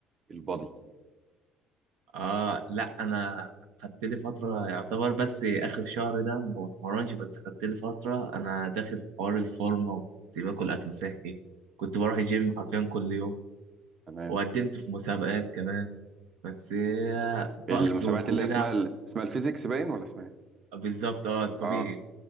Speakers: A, on the right; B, on the right.
A: البادي
B: اه لا انا انا خدت لي فتره يعتبر بس اخر شهر ده ما بتمرنش بس خدت لي فتره انا داخل في حوار الفورمه وكنت باكل اكل صحي كنت بروح الجيم حرفيا كل يوم
A: تمام
B: وقدمت في مسابقات كمان بس آه،
A: المسابقات
B: برضه كل
A: اللي هي اسمها
B: ده
A: ال- اسمها الفيزيكس باين ولا اسمها ايه
B: بالظبط اه الطبيعي
A: اه